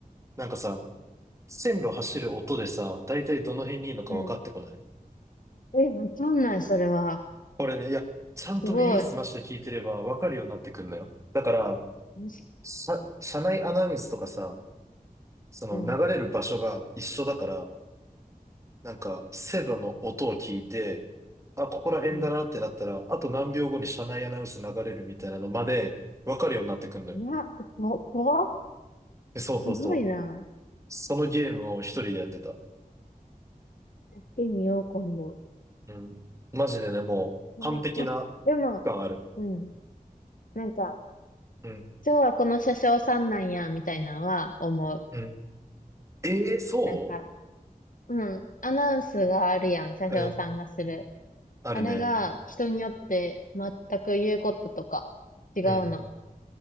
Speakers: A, on the right; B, on the left.
A: なんかさ、線路走る音でさ、だいたいどの辺にいるのか分かってこない
B: うんえ、わかんない、それは。
A: これね、いや、ちゃんと耳澄まして聞いてればわかるようになってくるのよ。
B: すごい。
A: だから、
B: むし
A: さ、車内アナウンスとかさ、その流れる場所が一緒だから、
B: うん、
A: なんか線路の音を聞いて、あ、ここら辺だなってなったら、
B: うん。
A: あと何秒後に車内アナウンス流れるみたいなのまでわかるようになってくるのよ。
B: な、こ、怖っ
A: えそうそうそう。
B: すごいな。
A: そのゲームを一人でやってた。
B: やってみよう、今度。
A: うん。マジでね、もう完璧な
B: 怖っあ、でも、
A: 区間ある。
B: うん。なんか、
A: うん。
B: 今日はこの車掌さんなんや、みたいなのは思う。
A: うん。ええそ
B: なんか、うん。アナウンスがあるやん、車掌さんがする。
A: ううん。あるね。
B: あれが人によって全く言うこととか違うの。
A: うん。